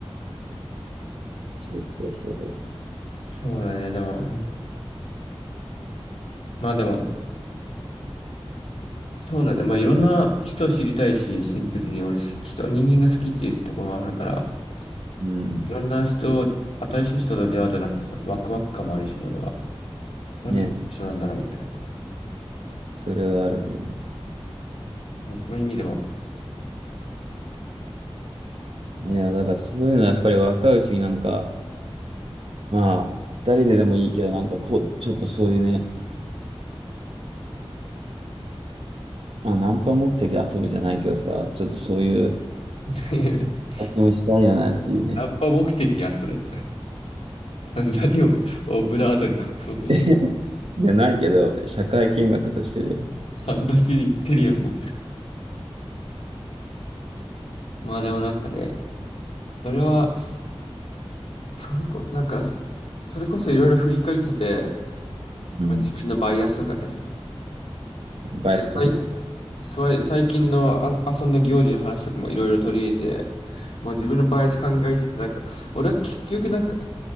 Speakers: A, on the right; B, on the left.
A: そうそうそ
B: そうだね、でも、まあでも、そうだね、まあいろんな人を知りたいし、シンプルに俺、し人、人間が好きっていうところもあるから、
A: う、うん、
B: いろんな人、新しい人と出会うとなんかそワクワク感もあるし、俺は。この人一緒なんだろうみたいな。
A: ね、それはあるね。
B: もうそういう意味でも。
A: いや、
B: あ
A: だからそういうのはやっぱり若いうちになんか、まあ、二人ででもいいけど、なんかこう、ちょっとそういうね、まあ、ナンパ目的で遊ぶじゃないけどさ、ちょっとそういう
B: <laughs>
A: 体験をしたいよなっていうね。
B: ナンパ目的やん、それ。<laughs> 何をオブラートに隠そうとしてる。
A: <laughs> じゃないけど、社会見学としてだよ
B: 半立ちに言ってるよ、もう。まあでもなんかね、それは、それこ、なんか、そそれこそいろいろ振り返ってて、
A: うん。
B: まあ、自分のバイアスとかね。
A: バイアスかけてた。
B: で最最最近のあ遊んだ行事の話とかもいろいろ取り入れて、まあ、自分のバイアス考えてて、なんか、俺は結局なんか、